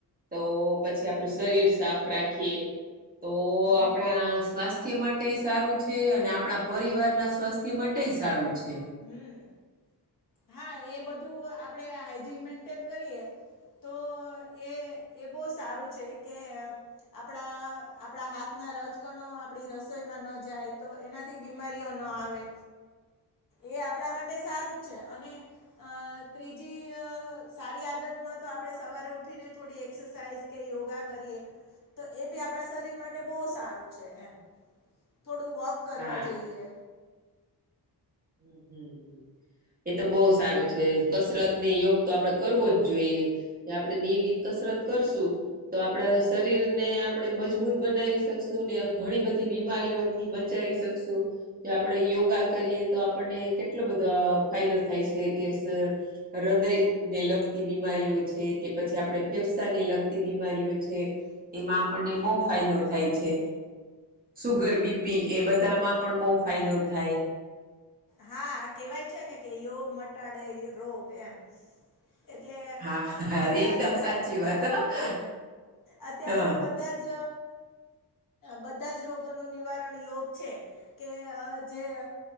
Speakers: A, on the right; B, on the left.
A: તો પછી આપણું શરીર સાફ રાખીએ તો
B: હમ
A: આપણા સ્વાસ્થ્ય માટે સારું છે અને આપણા પરિવારના સ્વાસ્થ્ય માટે સારું છે
B: હમ્મ હા એ બધું આપડે હાઈજીન મેન્ટેન કરીએ તો એ એ બો સારું છે કે આપણા આપણા હાથના રજકણો આપડી રસોઈમાં ન જાય તો એના તે બીમારીઓ ન આવે. એ આપણા માટે સારું જ છે અને અ ત્રીજી સારી આદતમાં તો આપડે સવારે ઉઠીને થોડી એક્સરસાઇઝ કે યોગા કરીએ તો એ બી આપણા શરીર માટે બો સારું છે એમ. થોડું વોક કરવા
A: હા
B: જઈએ
A: હમ્મ હમ્મ હમ્મ એ તો બહુ સારું છે કસરત ને યોગ તો આપડે કરવો જ જોઈએ એ આપણેે નિયમિત કસરત કરશું તો આપણા શરીરને આપણે મજબૂત બનાવી શકશું ને ઘણી બધી બીમારીઓ થી બચાવી શકશું જે આપણે યોગા કરીએ તો આપણને કેટલો બધો ફાયદો થાય છે કે હૃદયને લગતી બીમારીઓ છે કે પછી આપણે ફેફસા ને લગતી બીમારીઓ છે એમાં આપણને બહુ ફાયદો થાય છે સુગર બીપી એ બધામાં પણ બહુ ફાયદો થાય.
B: હા કેવાય છે ને કે યોગ મટાડે રોગ એમ એટલે
A: હા હા
B: બધા
A: એકદમ
B: જ
A: સાચી
B: અત્યારે
A: વાત હ
B: તો અત્યારે
A: હા.
B: તો બધા જ જ બધા જ રોગોનું નિવારણ યોગ છે કે જે